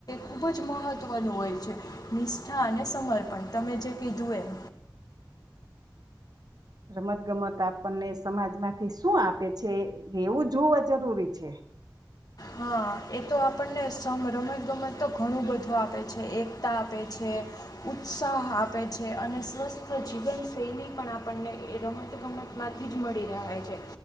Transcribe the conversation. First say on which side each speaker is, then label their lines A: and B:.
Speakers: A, on the left; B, on the right.
A: ખૂબ જ મહત્ત્વનું હોય છે મ હા અને સમર્પણ તમે જે કીધું એમ
B: રમત ગમત આપણને સમાજમાંથી શું આપે છે એવું જોવા જરૂરી છે
A: હા એ તો આપણને સમ રમત ગમત તો ઘણું બધું આપે છે એકતા આપે છે ઉત્સાહ આપે છે અને સ્વસ્થ જીવન શૈલી પણ આપણને એ રમત ગમત માંથી જ મળી રહે છે